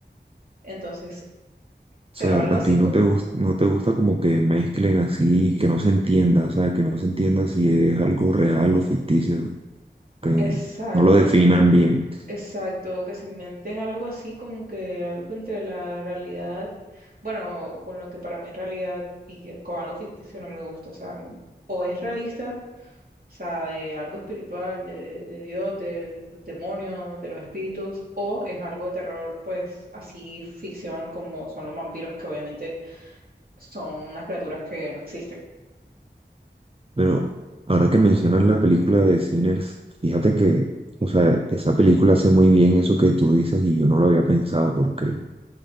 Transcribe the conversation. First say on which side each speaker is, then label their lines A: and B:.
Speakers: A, on the right; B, on the right.
A: Entonces,
B: O
A: pero
B: sea,
A: algo
B: a
A: así
B: ti
A: como,
B: no te, gus- no te gusta como que mezclen así, que no se entienda, o sea, que no se entienda si es algo real o ficticio, que
A: exacto,
B: no lo definan bien.
A: exacto, que se inventen algo así como que algo entre la realidad, bueno, o con lo que para mí es realidad y con algo ficticio no me gusta, o sea, o es realista O sea, de algo espiritual, de, de Dios, del demonio, de los espíritus, o es algo de terror, pues así ficción como son los vampiros, que obviamente son unas criaturas que no existen.
B: Pero ahora que mencionas la película de Sinners, fíjate que, o sea, esa película hace muy bien eso que tú dices y yo no lo había pensado porque,